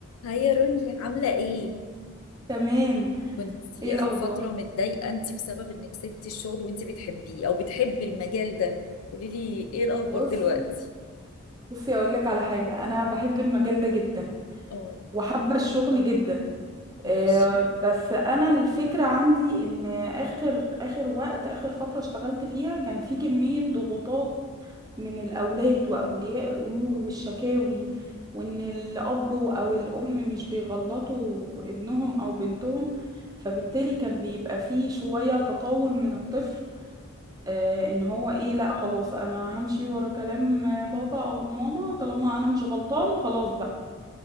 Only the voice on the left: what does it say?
هاي يا روني عاملة ايه؟
كنتي
آخر فترة متضايقة انتي بسبب انك سبتي الشغل وانتي بتحبيه او بتحبي المجال ده قوليلي ايه الأخبار
دلوقتي؟
اه
ماشي